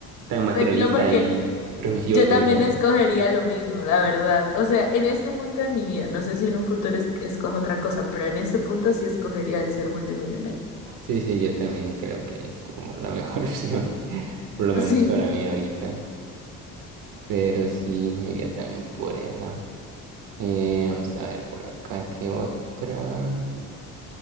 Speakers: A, on the right; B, on the left.
A: Tan materialista
B: tranquilo porque
A: y prejuicioso,
B: yo también
A: dijo.
B: escogería lo mismo, la verdad. O sea, en este punto de mi vida, no sé si en un futuro es- escojo otra cosa, pero en este punto sí escogería el ser multimillonario.
A: Sí, sí, yo también creo que es como la mejor <laughs> opción, por lo
B: <laughs>
A: menos
B: Sí.
A: para mí ahorita. Pero sí, me iría también por esa. Eh, vamos a ver por acá, ¿qué otra?